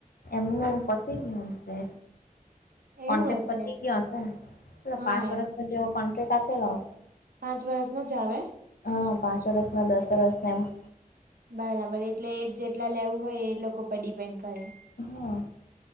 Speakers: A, on the left; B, on the right.
A: એમનું પતે ગય હશે
B: એવું
A: કોન્ટ્રાક્ટ
B: હશે
A: પતી ગયો હશે ને પેલો
B: હા
A: પાંચ વર્ષમાં જેવો કોન્ટ્રાક્ટ આપેલો
B: પાંચ વર્ષ નો જ આવે
A: હા પાંચોરસના દસરસને એમ
B: બરાબર એટલે જેટલા લેવું હોય એ લોકો પર ડિપેન્ડ કરે
A: હા